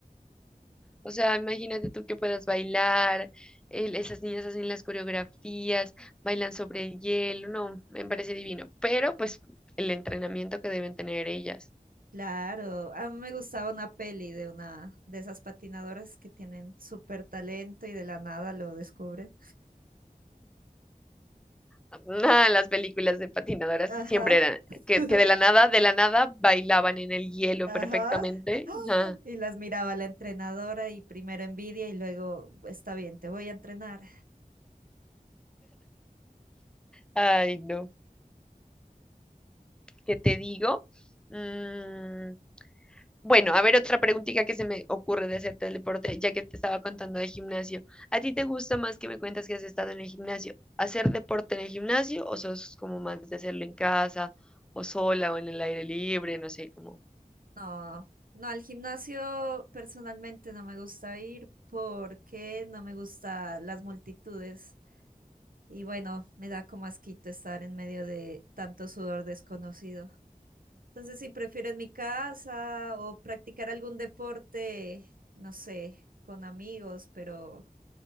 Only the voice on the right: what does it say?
Claro, a mí me gustaba una peli de una de esas patinadoras que tienen súper talento y de la nada lo descubren.
Ajá,
<laughs>
ajá.
¡Ah!
Y las miraba la entrenadora y primero envidia y luego, está bien, te voy a entrenar.
No, no, al gimnasio personalmente no me gusta ir porque no me gustan las multitudes y bueno, me da como asquito estar en medio de tanto sudor desconocido. Entonces, si prefiero en mi casa o practicar algún deporte, no sé, con amigos, pero